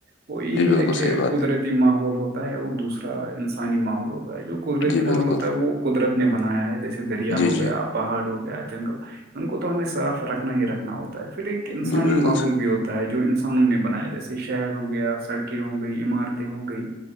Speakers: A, on the right (about 55°); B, on the left (about 65°).
A: وہ یہ
B: جی بالکل
A: ہے کہ
B: صحیح بات
A: قدرتی
B: ہے
A: ماحول ہوتا ہے اور دوسرا انسانی ماحول ہوتا ہے جو قدرتی
B: جی بالکل
A: ماحول ہوتا ہے وہ قدرت نے بنایا ہے جیسے دریا
B: جی
A: ہو
B: جی
A: گیا پہاڑ ہو گیا جنگل ان کو تو ہمیں صاف رکھنا ہی رکھنا ہوتا ہے پھر ایک انسانی
B: جی بالکل
A: ماحول بھی ہوتا ہے جو انسانوں نے بنایا جیسے شہر ہو گیا سڑکیں ہوں گی گئی عمارتیں ہو گئی